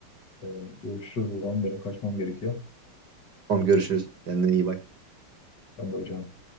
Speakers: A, on the left; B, on the right.
A: Ee, görüşürüz o zaman. Benim kaçmam gerekiyor.
B: Tamam görüşürüz. Kendine iyi bak.
A: Ben de hocam